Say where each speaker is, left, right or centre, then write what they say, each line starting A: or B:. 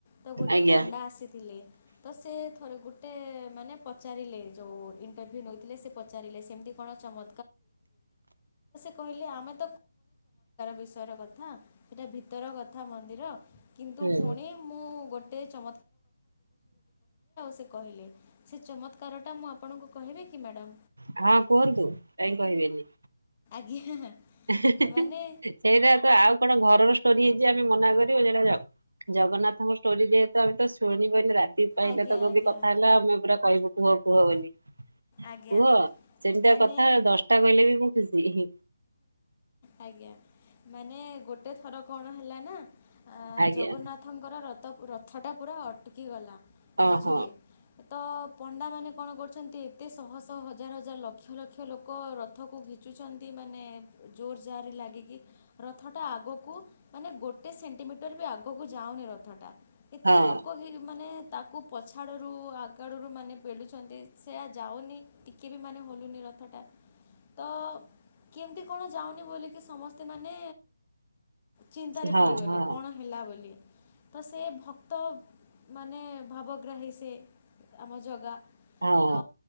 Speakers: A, on the left; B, on the right.
A: ତ ଗୋଟେ
B: ଆଜ୍ଞା।
A: ପଣ୍ଡା ଆସିଥିଲେ ତ ସେ ଥରେ ଗୋଟେ ମାନେ ପଚାରିଲେ ଯୋଉ ନଉଥିଲେ ସେ କଣ ଚ ହୁ କହିଲ ଆମେ ଚ ବିଷଟା ଭ କଥା ମନ୍ଦି କିନ୍ତୁ
B: ହୁଁ
A: ପୁ ମୁ ଗୋଟ ଚ- ସେ କହିଲେ ସେ ଚମକାରଟା ମୁଁ ଆପଣଙ୍କୁ କହିବି କି ମ୍ୟାଡ଼
B: ହଁ କୁହନ୍ତୁ କାଇଁ କହିବେନି
A: <unintelligible>
B: ସେଇଟା
A: ମାନେ
B: ତ ଆଉ କଣ ଘରର ଷ୍ଟୋରି ହେଇଛି ଆମେ ମନା କରି ଟା ଜଗନ୍ନାଥଙ୍କ ଷ୍ଟୋରି ଯେହେତୁମେ ତ ଶୁଣଣି କହିଲେ ରା ପାଇଁ
A: ଆଜ୍ଞା
B: ତ
A: ଆଜ୍ଞା
B: ବି କଥା ହେଲା ଆମେ ପୁରା କହିବୁ କୁହ କୁହ ବୋଲି କୁହ
A: ଆଜ୍ଞା
B: ସେମିତି
A: ମାନେ
B: କଥା ଦଶଟା କହିଲେ ବି ମୁଁ ଖୁସି ହ ହଁ
A: ଆଜ୍ଞା ମାନେ ଗୋଟେ ଥର କଣ ହେଲା ନା
B: ଆଜ୍ଞା
A: ଜଗନ୍ନାଥଙ୍କର ରଥ ତ ର ଅଥଟା ପୁରା ଅଟକିଗଲା
B: ଓହୋ
A: ମଝିରେ ତ ପଣ୍ଡାମାନେ କଣ କରୁଛନ୍ତି ଏତେ ଶହ ଶହ ହଜାର ହଜାର ଲକ୍ଷ ଲକ୍ଷ ଲୋକ ରଥକୁ ଘିଚୁଛନ୍ତି ଏ ମାନେ ଜୋର ଜାର ଲାଗିକି ରଥଟା ଆଗକୁ ମାନେ ଗୋଟେ ସେଣ୍ଟିମିଟର ବି ଆଗକୁ ଯାଉନି ରଥଟା ଏତେ
B: ହଁ
A: ଲୋକ ହ ମାନେ ତାକୁ ପଛାଡରୁ ଆଗଡରୁ ମାନେ ପେଳୁଛନ୍ତି ସେଆ ଯାଉନି ଟିକେ ବି ମାନେ ହଲୁନି ରଥଟା ତ କେମିତି କଣ ଯାଉନି ବୋଲିକି ସମସ୍ତେ ମାନେ ଚିନ୍ତାରେ
B: ହଁ
A: ପଡ଼ିଗଲେ
B: ହଁ
A: କଣ ହେଲା ବୋଲି ତ ସେ ଭକ୍ତ ମାନେ ଭାବ ଅଗ୍ରା ହେ ସେ ଆମ ଜଗା
B: ହଁ
A: ତ